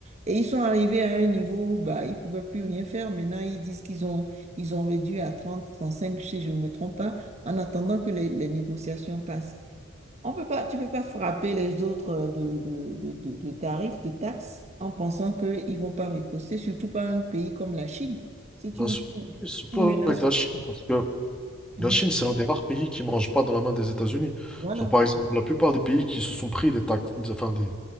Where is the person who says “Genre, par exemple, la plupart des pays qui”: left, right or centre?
Centre